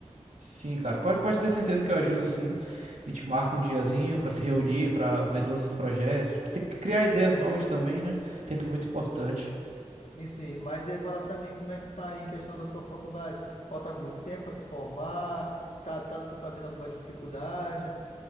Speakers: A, on the right; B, on the left.
A: Sim, cara. Pode, pode ter certeza que eu ajudo, sim. A gente marca um diazinho pra se reunir, pra ver todos os projetos. Tem que criar ideias novas também, né? Sempre muito importante.
B: Em si. Mas e aí fala pra mim, como é que tá aí em questão da tua faculdade? Falta muito tempo pra te formar? Tá, tá, tu tá vendo alguma dificuldade?